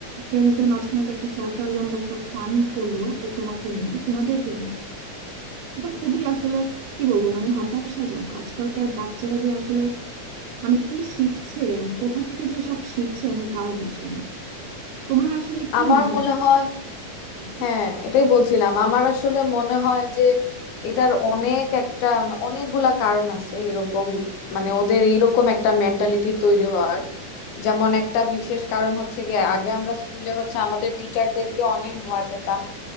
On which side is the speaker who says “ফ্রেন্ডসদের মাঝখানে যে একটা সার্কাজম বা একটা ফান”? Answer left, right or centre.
Right